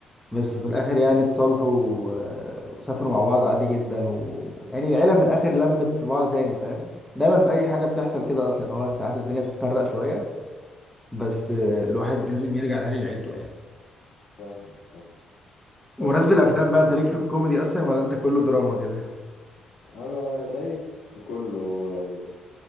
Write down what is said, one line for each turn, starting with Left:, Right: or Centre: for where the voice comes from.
Centre: بس في الاخر يعني اتصالحوا و- وسافروا مع بعض عادي جدا و... يعني العيله من الاخر لمت في بعض تاني فاهم دايما في اي حاجه بتحصل كده اصلا هو ساعات الدنيا بتتفرق شويه بس آه، الواحد لازم يرجع تاني لعيلته يعني
Left: فاهمك فاهم طب
Centre: بمناسبة الأفلام بقى أنت ليك في الكوميدي أصلا ولا أنت كله دراما كده؟
Left: انا دايس في كله يعني